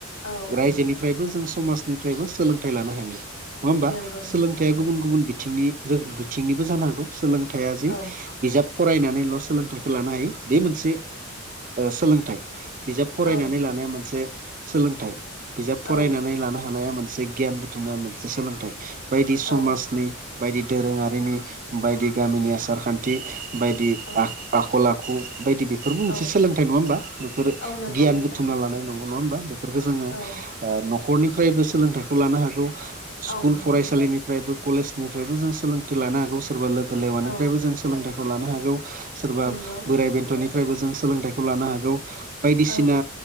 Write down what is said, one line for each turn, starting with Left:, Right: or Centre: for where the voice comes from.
Left: औ
Right: रायजोनिफ्रायबो
Left: औ
Right: जों समाजनिफ्रायबो सोलोंथाइ लानो हायो नङा हबा
Left: नंगौ नोंथां
Right: सोलोंथायाइया
Left: नंगौ
Right: गुबुन गुबुन बिथिंनि बिथिंनिबो जानो हागौ सोलों थाय आजि
Left: औ
Right: बिजाब फरायनानैल' सोलोंथाइखौ लानो हायो बे मोनसे सोलोंथाइ बिजाब फरायनानै
Left: औ
Right: लानाया मोनसे सोलोंथाइ बिजाब
Left: औ
Right: फरायनानै लानो हानाया मोनसे गियान बुथुमनाया मोनसे सोलोंथाइ बायदि समाजनि
Left: औ
Right: बायदि दोरोङारिनि बायदि गामिनि आसार खान्थि बायदि
Left: औ
Right: आ आखल आखु बायदि बि बेफोरबो मोनसे
Left: औ
Right: सोलोंथाइ नङा होमबा बेफोर
Left: औ नंगौ
Right: गियान
Left: नोंथां
Right: बुथुमना लानाय नंगौ नङा होमबा बेफोरफोरखो जोङो
Left: औ
Right: ओ न'खरनिफ्रायबो सोलोंथाइखौ लानो हागौ स्कुल
Left: औ नंगौ
Right: फरायसालिनि फ्रायबो कलेजनिफ्रायबो जों सोलोंथाइ लानो हागौ सोरबा लोगो लेवानिफ्रायबो
Left: औ
Right: जों सोलोंथाइखौ लानो हागौ। सोरबा
Left: नंगौ
Right: बोराइ बेन्थ'निफ्रायबो जों सोलोंथाइखौ लानो हागौ बायदिसिना
Left: औ